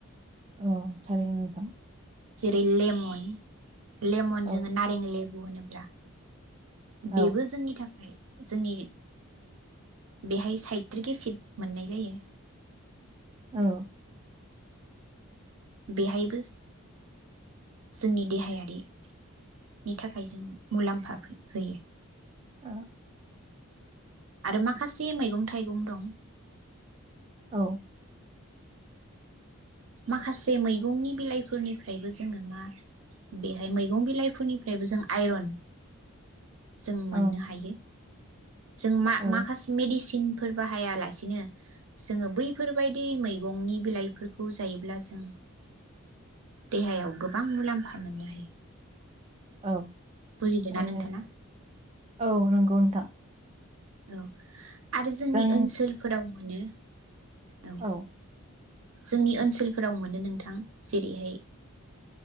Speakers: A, on the right; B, on the right.
A: औ थारैनो नोंथां
B: जिरै लेमन लेमन
A: औ
B: जोंङ नारें ले होनोब्ला
A: औ
B: बेबो जोंनि थाखाय जोंनि बेहाय साइत्रिक एसिट मोननाय जायो
A: औ
B: बेहायबो जोंनि देहायारिनि थाखाय जों मुलाम्फा होयो
A: ओ
B: आरो माखासे मैगं थाइगं दं
A: औ
B: माखासे मैगंनि बिलाइफोरनिफ्रायबो जोङो बेहाय मैगं बिलाइफोरनिफ्रायबो जों आइरन जों
A: औ
B: मोननो हायो जों मा-माखासे
A: औ
B: मेडिसिन फोर बाहायालासिनो जोङो बैफोरबायदि मैगंनि बिलाइफोर खौ जायोब्ला जों देहायाव गोबां मुलाम्फा मोननो हायो
A: औ
B: बुजिदोंना
A: ओै
B: नोंथाङा
A: नोंथां औ नंगौ नोंथां
B: औ आरो जोंनि
A: जों
B: ओनसोलफोराव मोनो <unintelligible>
A: औ
B: जोंनि ओनसोलफोराव मोनो नोंथां जेरैहाय